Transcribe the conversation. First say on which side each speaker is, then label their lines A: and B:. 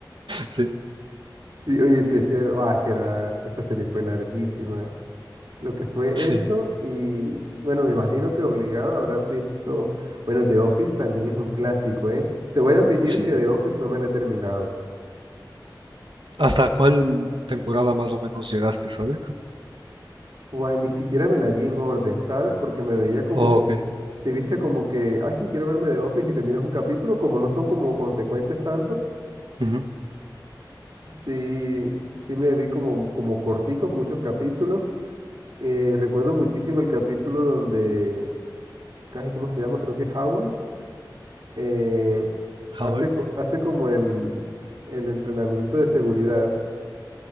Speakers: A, on the right; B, on the right.
A: Sí,
B: Sí, oye, sí, sí, ah, es que era, esa serie fue larguísima. Lo que fue
A: sí,
B: eso y bueno, me imagino que obligado habrás visto, bueno, The Office también es un clásico, ¿eh? Te voy a admitir
A: sí.
B: que The Office no me la he terminado.
A: ¿Hasta cuál temporada más o menos llegaste, sabes?
B: Juan, ni siquiera me la vi en orden, ¿sabes? Porque me veía como,
A: ¿O qué?
B: te viste como que, ah, sí, quiero verme The Office y te miras un capítulo, como no son como consecuentes tanto,
A: Ujú.
B: sí, sí me vi como, como corticos, muchos capítulos. Eh, recuerdo muchísimo el capítulo donde, casi, ¿cómo se llama? Creo que es Howard eh, hace,
A: Howard.
B: co- hace como el, el entrenamiento de seguridad.